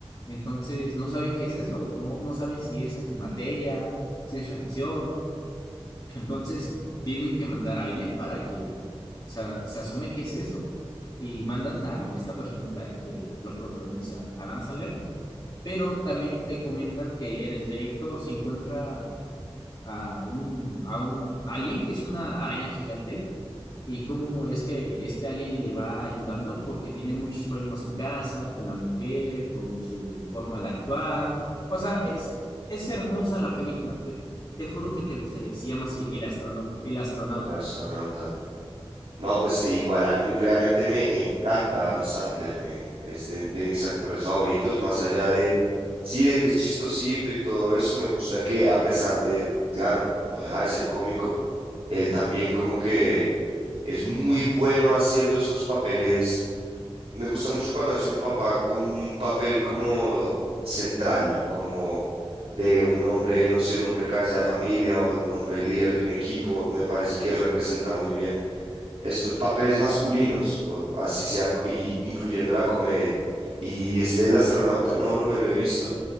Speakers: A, on the left; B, on the right.
A: Entonces, no saben qué es eso, no, no saben si es antimateria, si es radiación entonces, tienen que mandar a alguien para que se, se asome qué es eso. Y mandan a esta personita que lo protagoniza Adam Sandler, pero también te comentan que en el trayecto se encuentra a un, a un alien que es una araña gigante y cómo es que este Ali le va ayudando porque tenía muchos problemas en casa, con la mujer, con su forma de actuar. O sea, es, es hermosa la película, te, te juro que te gustaría. Se llama así El astronauta, El astronauta.
B: El astronauta. No, pues e igual a mí realmente me encanta Adam Sandler, me, es de, de mis actores favoritos, más allá de, sí, de que es chistosito y todo eso, me gusta que a pesar de, claro, no deja de ser cómico, él también como que es muy bueno haciendo estos papeles. Me gusta mucho cuando hace un papá, un papel como central, como de un hombre, no sé, un hombre cabeza de familia o de un hombre líder de un equipo, me parece que él representa muy bien estos papeles masculinos, por, así sea, y incluyendo la comedia. Y este El astronauta, no, no me lo he visto,